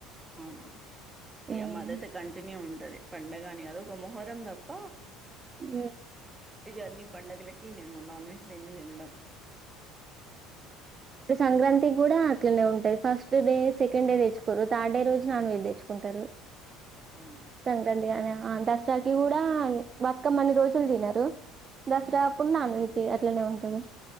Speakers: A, on the right (about 20°); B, on the right (about 35°).
A: అవునా, ఏం
B: ఉమ్
A: అదైతే కంటిన్యూ ఉంటది. పండగని గాదు ఒక మొహరం తప్ప
B: ఉమ్
A: ఇగ అన్ని పడుగలకి మేము నాన్ వెజ్ లేంది ఉండం
B: ఇప్పుడు సంక్రాంతి గ్గుడా అట్లనే ఉంటంది ఫస్ట్ డే, సెకండ్ డే తెచ్చుకోరు థర్డ్ డే రోజు నాన్ వెజ్ తెచ్చుకుంటరు.
A: అవునా
B: సంక్రాంతి కనే ఆ దసరాకిి గూడా బతుకమ్మన్ని రోజులు తినరు, దసరాప్పుడు
A: మ్మ్
B: నాన్ వెజ్ అట్లనే ఉంటది